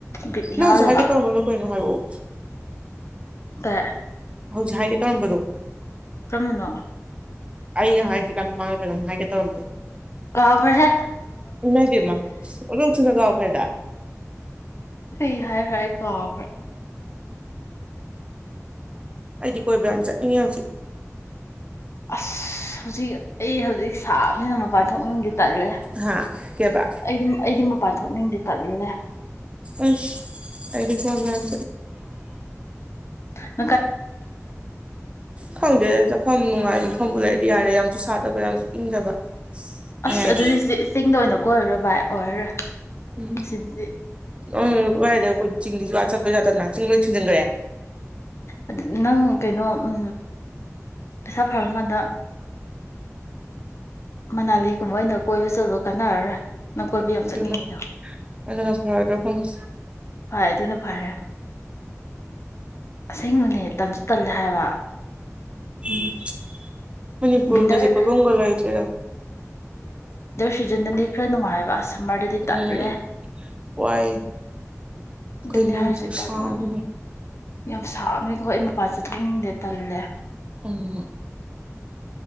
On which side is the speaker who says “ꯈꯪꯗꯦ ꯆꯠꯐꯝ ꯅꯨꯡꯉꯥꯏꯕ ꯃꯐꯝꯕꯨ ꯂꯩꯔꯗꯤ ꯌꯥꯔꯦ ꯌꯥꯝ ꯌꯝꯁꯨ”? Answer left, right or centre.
Right